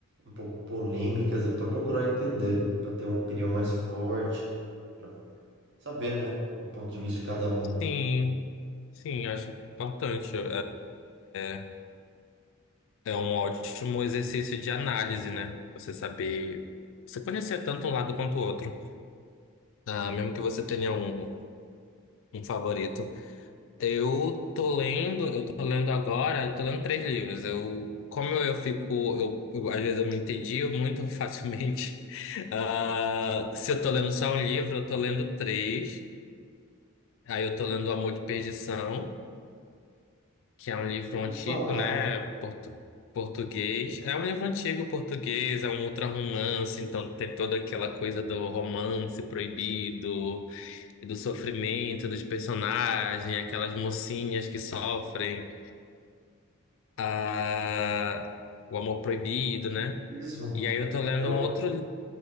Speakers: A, on the right; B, on the left.
A: um pouco polêmicas e para procurar entender, para ter uma opinião mais forte, para saber, né, o ponto de vista de cada um.
B: Sim, sim, acho importante. É, é, é é um ótimo exercício de análise, né? Você saber, você conhecer tanto um lado quanto o outro. Ah,
A: Sim.
B: mesmo que você tenha um, um favorito. Eu tô lendo, eu tô lendo agora, tô lendo três livros. Eu, como eu, eu fico, eu, eu- às vezes eu me entedio muito <laughs> facilmente. Ah, se eu tô lendo só um livro, eu tô lendo três. Aí eu tô lendo O Amor de Perdição. que é um livro
A: E
B: antigo,
A: falar,
B: né? portu- português. É um livro antigo português, é um ultra-romance, então tem toda aquela coisa do romance proibido e do sofrimento dos personagens, aquelas mocinhas que sofrem, ah, o amor proibido, né?
A: ismo,
B: E aí eu tô lendo
A: é o
B: um outro.